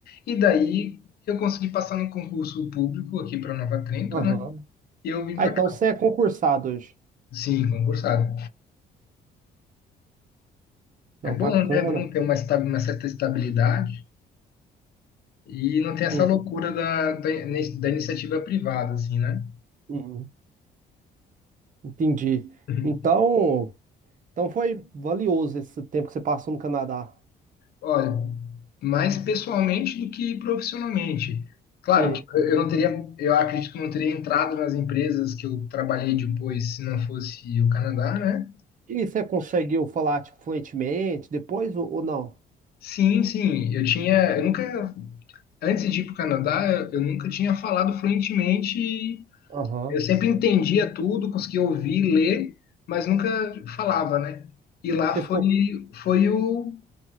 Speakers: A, on the left (about 65°); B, on the right (about 50°).
A: E daí eu consegui passar no concurso público aqui para Nova Trento,
B: Aham.
A: né? E eu vim
B: Ah,
A: para
B: então
A: cá.
B: você é concursado hoje.
A: Sim, concursado.
B: Não,
A: É bom,
B: bacana,
A: né? É bom ter
B: cara.
A: uma, esta- uma certa estabilidade e não ter essa
B: Uhum,
A: loucura da, da, da iniciativa privada, assim, né?
B: uhum. Entendi.
A: <laughs>
B: Então, então foi valioso esse tempo que você passou no Canadá.
A: Olha, mais pessoalmente do que profissionalmente. Claro
B: Sei.
A: que eu não teria, eu acredito que eu não teria entrado nas empresas que eu trabalhei depois se não fosse o Canadá, né?
B: E você conseguiu falar, tipo, fluentemente depois ou, ou não?
A: Sim, sim, eu tinha, eu nunca, antes de ir para o Canadá, eu, eu nunca tinha falado fluentemente.
B: Aham.
A: Eu sempre entendia tudo, conseguia ouvir, ler, mas nunca falava, né? E lá
B: Você
A: foi,
B: ficou.
A: foi o